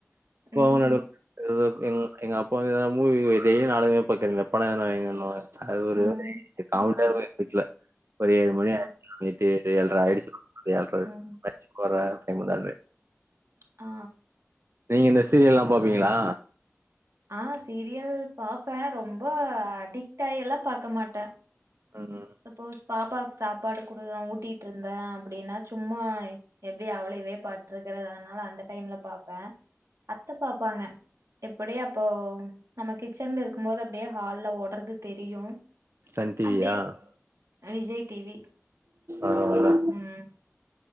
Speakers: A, on the right; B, on the right.
A: போர்
B: ம்.
A: நடக்கு எங்க அப்பா எதாது மூவி டெய்லி நாடகமே பாக்கறீங்க படம் எதுனா வைங்கன் வாங்க அது ஒரு
B: ம். ம்.
A: காமெடியா இருக்கு வீட்ல ஒரு ஏழு
B: அத
A: மணி ஆய்ச்சு நேத்து ஏழ்ர ஆயிடுச்சு ஏழ்ற
B: ம்.
A: ஆயிச் கொற டைமு நானு
B: ஆ
A: நீங்க இந்த சீரியல்லா பாப்பீங்களா
B: ஆ சீரியல் பாப்ப ரொம்ப அடிக்ட் ஆய்ல்லா பாக்க மாட்ட
A: ம்
B: சப்போஸ் பாப்பாக்கு சாப்பாடு குடு ஊட்டிட் இருந்த அப்டினா சும்மா எப்டி அவளையவே பாத்துட்டு இருக்கிறது அதனால அந்த டைம்ல பாப்ப அத்த பாப்பாங்க எப்டியே அப்போ நம்ம கிச்சன்ல இருக்கு போது அப்டியே ஹால்ல ஓட்றது தெரியு
A: சன் டிவியா
B: அப்டியே விஜய் டிவி
A: அவ்ளோதா
B: ம்.